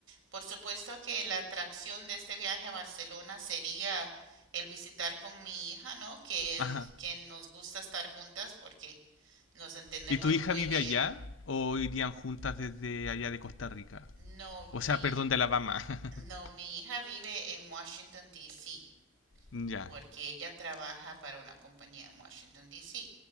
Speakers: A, on the right; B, on the left.
A: por supuesto que la atracción de este viaje a Barcelona sería el visitar con mi hija, ¿no? Que
B: Ajá.
A: es que nos gusta estar juntas porque nos entendemos
B: ¿Y tu hija
A: muy
B: vive
A: bien.
B: allá o irían juntas desde allá de Costa Rica?
A: No,
B: O
A: mi,
B: sea, perdón, de Alabama. <laughs>
A: no, mi hija vive en Washington, D. C.
B: Ya.
A: porque ella trabaja para una compañía en Washington, D.C.